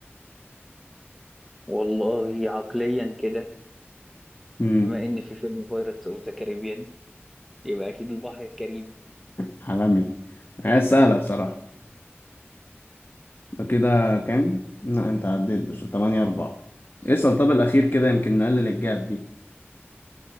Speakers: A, in the centre; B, on the left (about 55°).
A: والله عقليا كده
B: امم
A: بما إن في فيلم بايرتس أوف ذا كاريبيان يبقى اكيد البحر الكاريبي
B: حلمي هي سهله بصراحه يبقى كده كام لا انت عديت بس 8 4 اسأل طب الاخير كده يمكن نقلل الجاب دي